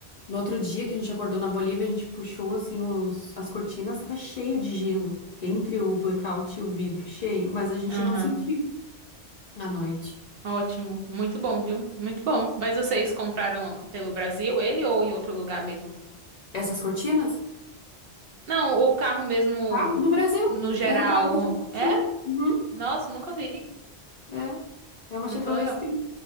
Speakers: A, on the left (about 55°); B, on the right (about 65°).
A: No outro dia que a gente acordou na Bolívia, a gente puxou assim os, as cortinas, estava cheio de gelo entre o blackout e o vidro, cheio, mas a gente
B: Aham.
A: não sentiu à noite.
B: Ótimo, muito bom, viu? Muito bom. Mas vocês compraram pelo Brasil ele ou em outro lugar mesmo?
A: Essas cortinas?
B: Não, o carro mesmo
A: Carro no Brasil.
B: no geral.
A: Era o carro que a gente tinha.
B: É?
A: Uhum,
B: Nossa, nunca vi.
A: é. É uma
B: Muito
A: Chevrolet
B: legal.
A: Spin.